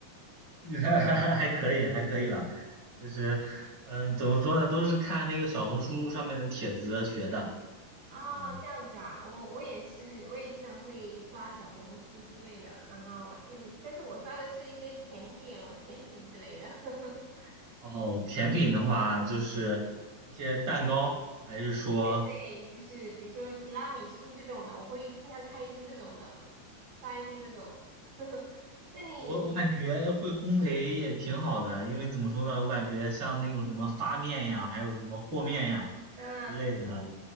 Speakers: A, on the right (about 45°); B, on the right (about 65°).
A: <laughs> 还可以，还可以吧，就是，嗯，怎么说呢，都是看那个小红书上面的帖子学的，
B: 哦，
A: 嗯，
B: 这样子啊，我我也是，我也经常会刷小红书之类的，然后就会，但是我刷的是一些甜点哦，甜品之类的。<laughs>
A: 哦，甜品的话就是一些蛋糕，还是说
B: 对，就是比如说提拉米苏这种的，我会经常看一些这种的，刷一些这种。<laughs> 那你你
A: 我我感觉会烘焙也挺好的，因为怎么说呢，我感觉像那种什么发面呀，还有什么和面呀之类的，
B: 嗯，